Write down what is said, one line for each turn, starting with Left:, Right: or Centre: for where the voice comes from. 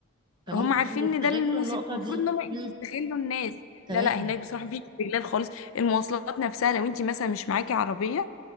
Right: فممكن
Left: هم عارفين
Right: يستغلوا
Left: ان ده الموسم
Right: النقطه
Left: المفروض
Right: دي
Left: ان هم
Right: مم.
Left: يستغلوا الناس
Right: تمام
Left: لا لا هناك بصراحه مفيش استغلال خالص المواصلات نفسها لو انت مثلا مش معاكي عربيه